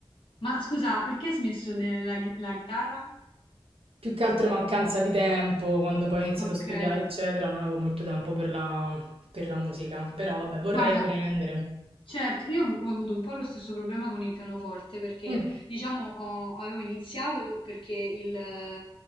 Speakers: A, on the left; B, on the right.
A: ma scusa, perché hai smesso della ghi- la chitarra?
B: Più che altro mancanza di tempo, quando poi ho iniziato
A: Ok,
B: a studiare, eccetera, non avevo molto tempo per la, per la musica. Però vabbè, vorrei
A: guarda.
B: riprendere.
A: Certo, io ho avu ho avuto un po' lo stesso problema con il pianoforte perché,
B: Mm,
A: diciamo, ho avevo iniziato perché il ehm,